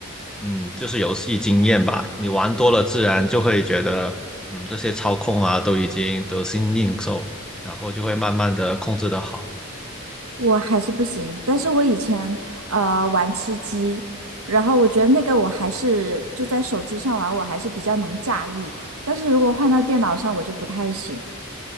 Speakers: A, in the centre; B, on the right.
A: 嗯，就是游戏经验吧。你玩多了，自然就会觉得，嗯，这些操控啊都已经得心应手，然后就会慢慢的控制的好。
B: 我还是不行。但是我以前呃玩吃鸡，然后我觉得那个我还是就在手机上玩，我还是比较能驾驭。但是如果换到电脑上，我就不太行。